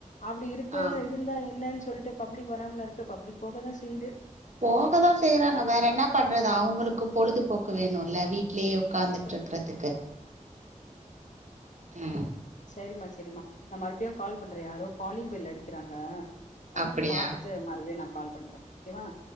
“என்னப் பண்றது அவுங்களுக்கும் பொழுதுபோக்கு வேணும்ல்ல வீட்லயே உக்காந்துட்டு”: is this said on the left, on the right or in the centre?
Right